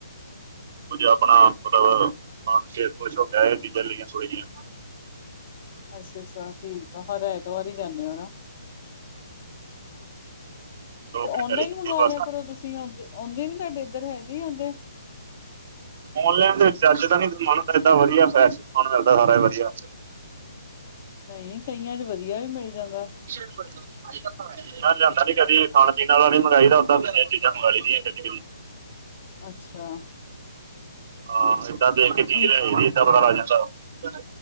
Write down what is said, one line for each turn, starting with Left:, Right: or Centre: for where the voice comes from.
Right: ਕੁੱਝ ਆਪਣਾ ਮਤਲਬ ਕੰਮ ਸੀ, ਕੁਛ ਹੋ ਕੇ ਆਯਾ ਚੀਜ਼ਾਂ ਲਈਆਂ ਥੌੜੀਆ ਜੇਇਆਂ
Left: ਅੱਛਾ- ਅੱਛਾ ਠੀਕ ਆ ਹਰ ਐਤਵਾਰ ਈ ਜਾਂਦੇ ਔ ਨਾ
Right: ਦੋ
Left: ਤੇ
Right: ਘੰਟੇ
Left: ਓਨਲਾਈਨ
Right: ਲਈ ਜਾਂਦੀ
Left: ਮੰਗਵਾ
Right: ਬੱਸ
Left: ਲਿਆ ਕਰੋ ਤੁਸੀਂ ਆਉਂਦੇ ਨੀ ਤੁਹਾਡੇ, ਇੱਧਰ ਹੈਗੇ ਆਉਦੇ
Right: ਔਨਲਾਈਨ ਦੇ ਵਿੱਚ ਚੱਜ ਦਾ ਨੀ ਸਮਾਨ, ਪਰ ਏਦਾਂ ਵਧੀਆ ਸਮਾਨ ਮਿਲਦਾ ਸਾਰਾ ਵਧੀਆ।
Left: ਨਹੀਂ ਕਈਆਂ 'ਚ ਵਧੀਆ ਵੀ ਮਿਲ ਜਾਂਦਾ।
Right: ਸ਼ੇ <inaudible> ਮੈਂ ਲਿਆਂਦਾ ਨੀ ਕਦੀ ਖਾਣ ਪੀਣ ਵਾਲਾ ਨੀ ਮੰਗਵਾਈ ਦਾ, ਉਦਾਂ ਚੀਜ਼ਾਂ ਮੰਗਵਾ ਲਈ ਦੀਆਂ ਕਦੀ- ਕਦੀ
Left: ਅੱਛਾ
Right: ਹਾਂ ਏਦਾਂ ਦੇਖ ਕੇ ਚੀਜ਼
Left: ਕੀ
Right: ਲੈ ਲਈ ਦੀ ਐ, ਏਦਾਂ ਪਤਾ ਲਗ ਜਾਂਦਾ